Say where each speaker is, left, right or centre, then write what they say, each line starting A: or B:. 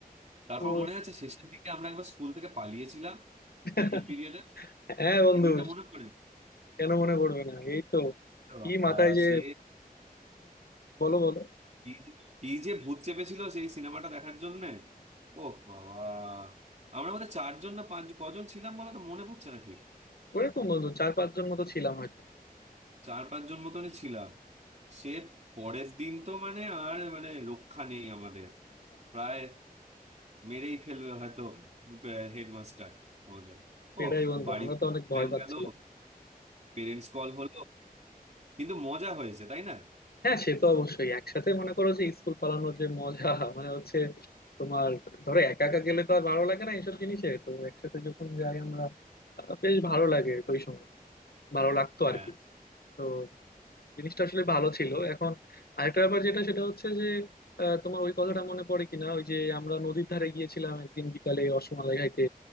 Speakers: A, on the right; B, on the left.
A: তারপর
B: তো
A: মনে আছে শেষের দিকে আমরা একবার স্কুল থেকে পালিয়েছিলাম
B: <laughs>
A: টিফিন পিরিয়ডে
B: হ্যাঁ বন্ধু
A: সেদিনটা মনে পড়ে
B: কেন মনে পড়বে না এই তো
A: এ
B: কি
A: বাবা
B: মাথায় যে
A: সে
B: বলো বলো
A: কি যে কি যে ভূত চেপেছিল সেই সিনেমাটা দেখার জন্য ওহ বাবা আমরা মধ্যে চারজন না পাঁচ কজন ছিলাম বলো তো মনে পড়ছে না ঠিক
B: ওইরকম বন্ধু চার পাঁচজন মতো ছিলাম হয়তো
A: চার পাঁচজন মতনই ছিলাম সে পরের দিন তো মানে আর মানে রক্ষা নেই আমাদের প্রায় মেরেই ফেলবে হয়তো হেডমাস্টার আমাদের
B: সেটাই
A: ও
B: বন্ধু
A: বাড়িতে
B: আমরা তো অনেক
A: প্লেন
B: ভয় পাচ্ছিলাম
A: গেল পেরেন্টস কল হলো কিন্তু মজা হয়েছে তাই না
B: হ্যাঁ সে তো অবশ্যই একসাথে মনে করো যে স্কুল পালানোর যে মজা মানে হচ্ছে তোমার ধরো একা একা গেলে তো আর ভালো লাগে না এইসব জিনিসে তো একসাথে যখন যাই আমরা আহ, বেশ ভালো লাগে ওই সময় ভালো লাগতো
A: হ্যাঁ
B: আর কি তো জিনিসটা আসলে ভালো ছিল এখন আরেকটা ব্যাপার যেটা সেটা হচ্ছে যে আহ, তোমার ওই কথাটা মনে পড়ে কিনা ওই যে আমরা নদীর ধারে গিয়েছিলাম একদিন বিকালে রসমালাই খাইতে